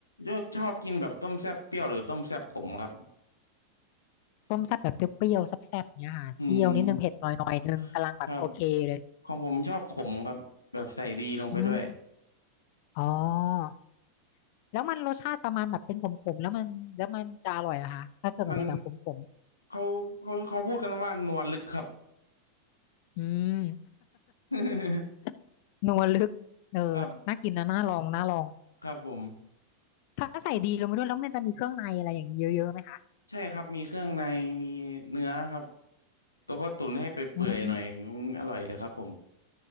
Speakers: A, on the left; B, on the left.
A: ยกชอบกินแบบต้มแซ่บเปรี้ยวหรือต้มแซ่บขมครับ
B: ต้มแซ่บแบบเปรี้ยวๆแซ่บๆอย่างเนี้ยค่ะเปรี้ยวนิดนึงเผ็ดหน่อยหน่อยนึงกำลังแบบโอเคเลย
A: อืมครับของผมชอบขมครับแบบใส่ดีลงไปด้วย
B: อืมอ๋อแล้วมันรสชาติประมาณแบบเป็นขมๆแล้วมันแล้วมันจะอร่อยเหรอะคะถ้าเกิดมันเป็นแบบขม
A: มันเขาเขาเขาพูดกันว่านวลลึกครับ
B: ๆอืม
A: <laughs>
B: <laughs> นัวลึกเออน่ากินนะน่าลองน่าลอง
A: ครับครับผม
B: ถ้าใส่ดีลงไปด้วยแล้วมันจะมีเครื่องในอะไรอย่างนี้เยอะๆไหมคะ
A: ใช่ครับมีเครื่องในมีเนื้อครับแล้วก็ตุ๋นให้ไปเปื่อยๆหน่อยออร่อยเลยครับผม
B: อืม